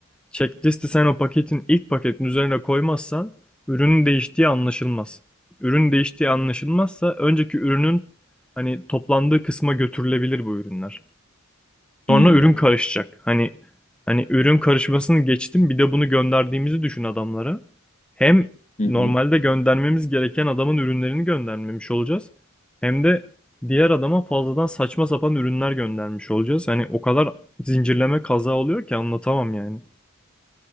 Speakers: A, in the centre; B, on the left.
A: Checklisti sen o paketin ilk paketin üzerine koymazsan ürünün değiştiği anlaşılmaz. Ürün değiştiği anlaşılmazsa önceki ürünün hani toplandığı kısma götürülebilir bu ürünler.
B: Hmm.
A: Sonra ürün karışacak. Hani hani ürün karışmasını geçtim. Bir de bunu gönderdiğimizi düşün adamlara. Hem
B: Hı
A: normalde
B: hı.
A: göndermemiz gereken adamın ürünlerini göndermemiş olacağız. Hem de diğer adama fazladan saçma sapan ürünler göndermiş olacağız. Hani o kadar zincirleme kaza oluyor ki anlatamam yani.